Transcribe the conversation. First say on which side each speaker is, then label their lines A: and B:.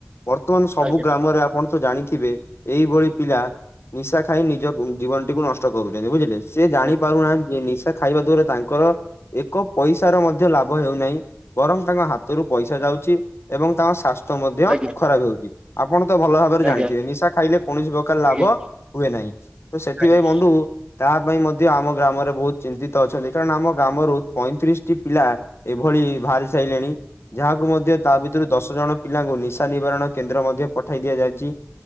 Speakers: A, on the left; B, on the right.
A: ବର୍ତ୍ତମାନ ସବୁ
B: ଆଜ୍ଞା
A: ଗ୍ରାମରେ ଆପଣ ତ ଜାଣିଥିବେ ଏଇଭଳି ପିଲା ନିଶା ଖାଇ ନିଜ ଜୀବନ ଟିକୁ ନଷ୍ଟ କରୁଛନ୍ତି ବୁଝିଲେ ସେ ଜାଣି
B: ଆଜ୍ଞା
A: ପାରୁନାହାନ୍ତି ଯେ ନିଶା ଖାଇବା ଦ୍ଵାରା ତାଙ୍କର ଏକ ପଇସ ର ମଧ୍ୟ ଲାଭ ହେଉନାହିଁ ବରଂ ତାଙ୍କ ହାତରୁ ପଇସା ଯାଉଛି ଏବଂ ତାଙ୍କ ଶାଶ ମଧ୍ୟ
B: ଆଜ୍ଞା
A: ଖରାପ ହେଉଛି ଆପଣ ତ ଭଲ ଭାବରେ
B: ଆଜ୍ଞା
A: ଜାଣିଥିବେ ନିଶା ଖାଇଲେ କୌଣସି ପ୍ରକାର ଲାଭ
B: ଆଜ୍ଞା
A: ହୁଏ ନାହିଁ ତ ସେଥିପାଇଁ
B: ଆଜ୍ଞା
A: ବନ୍ଧୁ ତାହା ପାଇଁ ମଧ୍ୟ ଆମ ଗ୍ରାମରେ ବହୁତ ଚିନ୍ତିତ ଅଛନ୍ତି କାରଣ ଆମ ଗ୍ରାମରୁ ପଇଁତିରିଶ ଟି ପିଲା ଏଭଳି ବାହାରି ସାରିଲଣି ଯାହାକୁ ମଧ୍ୟ ତା ଭିତରୁ ଦଶ ଜଣ ପିଲାଙ୍କୁ ନିଶା ନିବାରଣ କେନ୍ଦ୍ର ମଧ୍ୟ ପଠାଇ ଦିଆଯାଇଛି